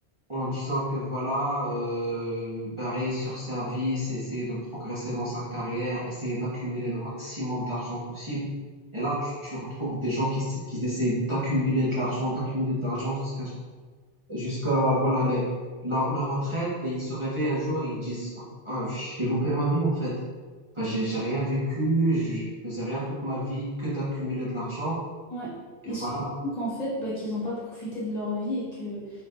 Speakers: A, on the right; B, on the left.
A: en disant que voilà, euh, barrer sur service, essayer de progresser dans sa carrière, essayer d'accumuler le maximum d'argent possible. Et là, tu, tu retrouves des gens qui, s- qui essaient d'accumuler de l'argent, d'accumuler de l'argent jusqu'à jusqu'à voilà les, la, leur retraite et ils se réveillent un jour et ils disent ah, ah, j'ai loupé ma vie en fait. Enfin, j'ai j'ai rien vécu, je faisais rien toute ma vie que d'accumuler de l'argent
B: Ouais. Ils
A: et voilà.
B: se rendent compte qu'en fait, bah, qu'ils n'ont pas profité de leur vie et que